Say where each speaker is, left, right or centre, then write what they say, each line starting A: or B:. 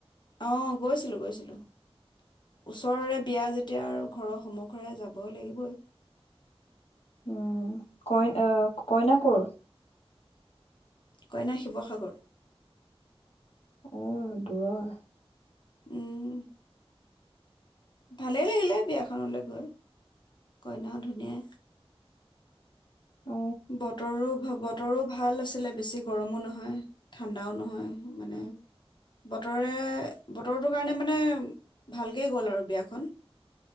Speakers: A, on the left; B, on the left.
A: অ', গৈছিলোঁ গৈছিলোঁ, ওচৰৰে বিয়া যেতিয়া আৰু ঘৰৰ সন্মুখৰে যাবই লাগিবই।
B: উম, ক-কইনা ক'ৰ?
A: কইনা শিৱসাগৰ।
B: আহ, দূৰৰ।
A: উম। ভালেই লাগিলে বিয়াখনলৈ গৈ, কইনাও ধুনীয়া।
B: অ',
A: বতৰো বতৰো ভাল আছিলে বেছি গৰমো নহ ন', ঠাণ্ডাও নহয় মানে, বতৰে বতৰটোৰ কাৰণে মানে ভালকেই গ'ল আৰু বিয়াখন।